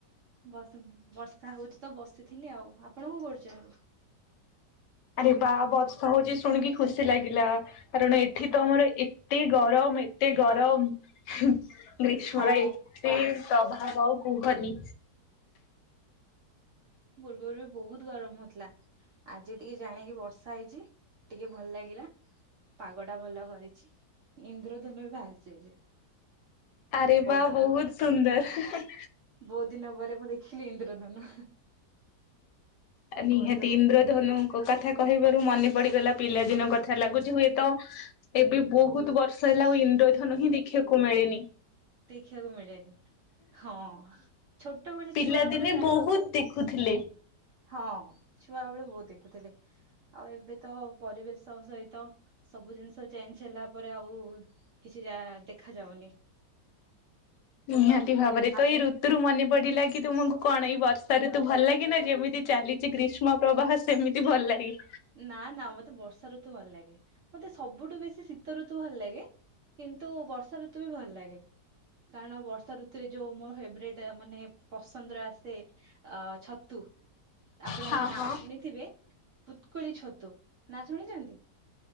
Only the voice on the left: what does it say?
ଆରେ ବା ବର୍ଷା ହଉଛି ଶୁଣିକି ଖୁସି ଲାଗିଲା କାରଣ ଏଠି ତ ଆମର ଏତେ ଗରମ ଏତେ ଗ ହୁଁ ଗ୍ରୀଷ୍ମର
ଏତେ ପ୍ରଭାବ ଆଉ କୁହନି।
ଆରେ ବା
ବହୁତ
ସୁନ୍ଦର।
ନିହାତି,
ଇନ୍ଦ୍ରଧନୁଙ୍କ କଥା କହିବାରୁ ମନେ ପଡିଗଲା ପିଲାଦିନ କଥା ଲାଗୁଚି ହୁଏତ ଏବେ ବହୁତ ବର୍ଷ ହେଲା ଆଉ ଇନ୍ଦ୍ରଧନୁ ହିଁ ଦେଖିବାକୁ ମିଳେ ନି।
ପିଲାଦିନେ
ବହୁତ ଦେଖୁଥି ଲେ।
ନିହାତି ଭାବରେ
ତ ଏଇ ଋତୁରୁ ମନେ ପଡିଲା କି କି ତୁମକୁ କଣ ଏଇ ବର୍ଷା ଋତୁ ଭଲଲାଗେ ନା ଯେମିତି ଚାଲିଚି, ଗ୍ରୀଷ୍ମ ପ୍ରବାହ ସେମିତି ଭଲ ଲାଗେ।
ହଁ
ହଁ।